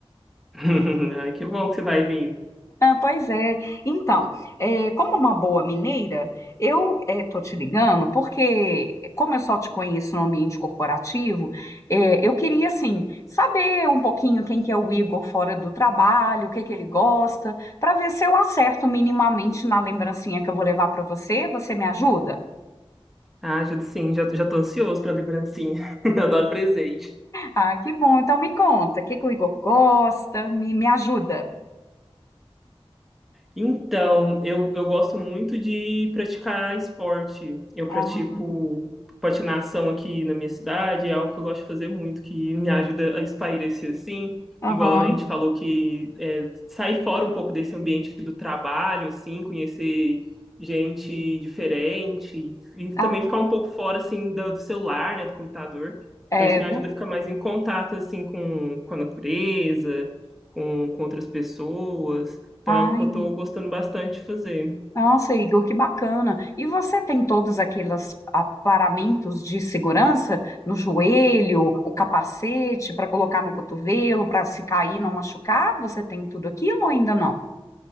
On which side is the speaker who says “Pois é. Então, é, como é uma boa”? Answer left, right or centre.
Left